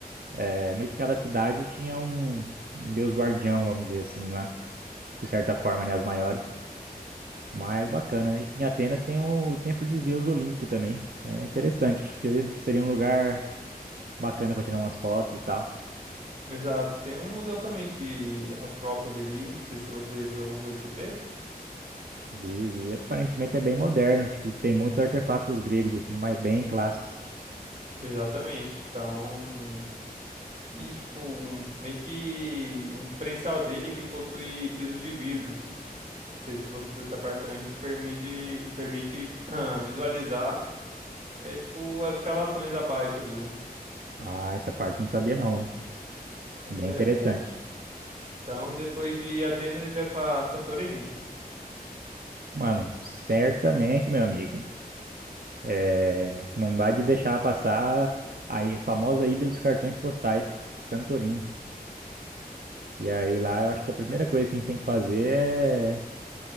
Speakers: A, on the right (about 70°); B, on the right (about 50°).
A: é, meio que cada cidade tinha um, um deus guardião, vamos dizer assim, lá, de certa forma, né? As maiores. Mas bacana.
B: Uhum.
A: Em Atenas tem o, o Templo de Zeus Olímpico também. É interessante. Acho que Seria um lugar bacana para tirar umas fotos e tal.
B: Exato. Tem um museu também de Acrópole ali, não sei se você viu alguma coisa sobre
A: Vi, vi. Aparentemente é bem moderno. Tipo, tem muitos artefatos gregos, assim, mas bem clássicos.
B: Exatamente. Então, e tipo, um, meio que um diferencial dele é que ele possui pisos de vidros. Não sei se você viu essa parte também, que permite, permite <clears throat> visualizar, é tipo, as escavações abaixo ali, né?
A: Ah, essa parte eu não sabia não, mano.
B: Pois
A: Bem
B: é,
A: interessante.
B: cara. Então, depois de Atenas, a gente vai pra Santorini.
A: Mano, certamente, meu amigo. É, não dá de deixar passar a i- famosa Ilha dos Cartões Postais, Santorini. E aí lá eu acho que a primeira coisa que a gente tem que fazer é